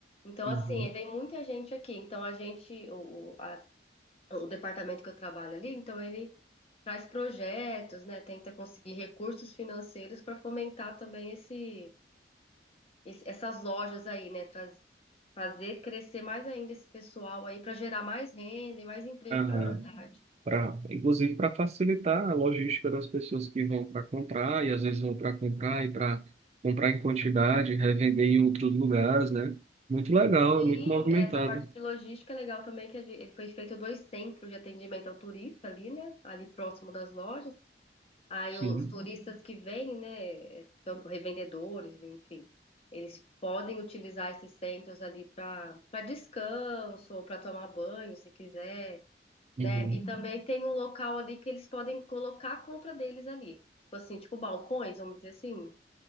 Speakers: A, on the left; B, on the right.
A: Então,
B: Uhum.
A: assim, vem muita gente aqui. Então, a gente, o, o, a- o departamento que eu trabalho ali, então ele traz projetos, né? Tenta conseguir recursos financeiros para fomentar também esse, esse- essas lojas aí, né? traz- fazer crescer mais ainda esse pessoal aí para gerar mais renda e mais emprego
B: Aham.
A: para a cidade.
B: pra, inclusive para facilitar a logística das pessoas que vão para comprar e às vezes vão para comprar e para comprar em quantidade, revender em outros lugares, né? Muito legal,
A: Sim,
B: muito movimentado.
A: essa parte de logística é legal também, que a gente- foi feito dois centros de atendimento ao turista ali, né? Ali próximo das lojas. Aí
B: Sim.
A: os turistas que vêm, né? é, Tanto revendedores, enfim, eles podem utilizar esses centros ali para para descanso ou para tomar banho, se quiser,
B: Uhum.
A: né? E também tem um local ali que eles podem colocar a compra deles ali. Tipo assim, tipo balcões, vamos dizer assim.